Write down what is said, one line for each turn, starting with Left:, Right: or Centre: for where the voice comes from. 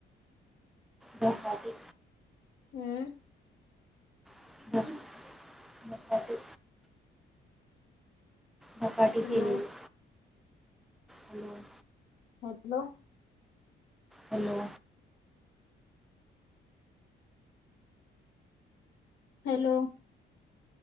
Centre: धपाटे
Left: हम्म
Centre: <unintelligible> धपाटे धपाटे
Left: हॅलो
Centre: केलेले. हॅलोन
Left: ह्यातनं
Centre: हॅलो
Left: हॅलो